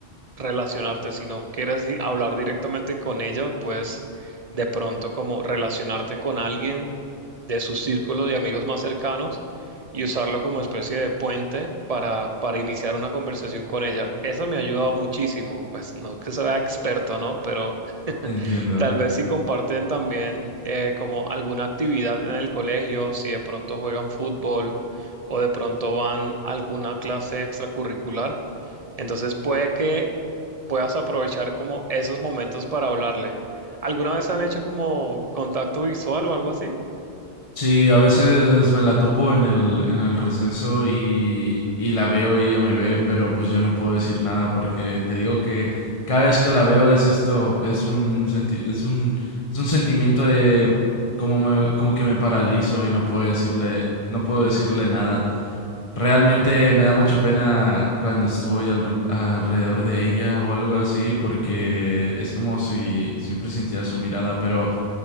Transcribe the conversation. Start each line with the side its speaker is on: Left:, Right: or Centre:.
Right: relacionarte, si no quieres i- hablar directamente con ella, pues de pronto como relacionarte con alguien de su círculo de amigos más cercanos y usarlo como especie de puente para, para iniciar una conversación con ella. Eso me ha ayudado muchísimo, pues no es que sea experto, ¿no? Pero <laughs>
Left: entiendo.
Right: tal vez si comparten también eh, como alguna actividad en el colegio, si de pronto juegan fútbol o de pronto van a alguna clase extracurricular. Entonces puede que puedas aprovechar como esos momentos para hablarle. ¿Alguna vez han hecho como contacto visual o algo así?
Left: Sí, a veces me la topo en el, en el receso y, y la veo y ella me ve, pero pues yo no puedo decir nada porque te digo que cada vez que la veo es esto, es un senti- es un, es un sentimiento de como me, como que me paralizo y no puedo decirle, no puedo decirle nada. Realmente me da mucha pena cuando estoy al- alrededor de ella o algo así, porque es como si siempre sintiera su mirada, pero